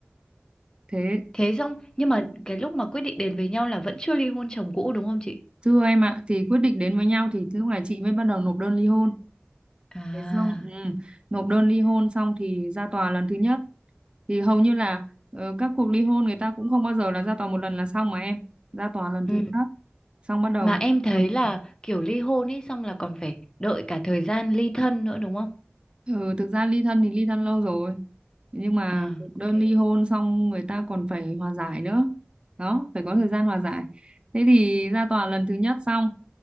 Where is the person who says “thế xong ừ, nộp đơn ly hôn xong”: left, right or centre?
Right